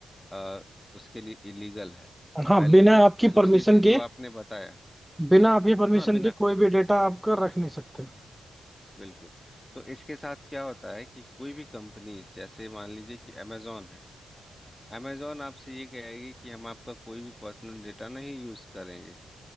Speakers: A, on the left (about 15°); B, in the centre.
A: अ, उसके लिए इलीगल है
B: हाँ
A: पहली
B: बिना
A: चीज
B: आपकी
A: और दूसरी
B: परमिशन
A: चीज
B: के
A: जो आपने बताया
B: बिना आपकी परमिशन
A: हाँ बिना
B: के कोई भी डेटा आपका रख नहीं सकते
A: बिल्कुल तो इसके साथ क्या होता है कि कोई भी कंपनीज जैसे मान लीजिए कि अमेजोन है अमेजॉन आपसे ये कहेगी कि हम आपका कोई भी पर्सनल डेटा नहीं यूज करेंगे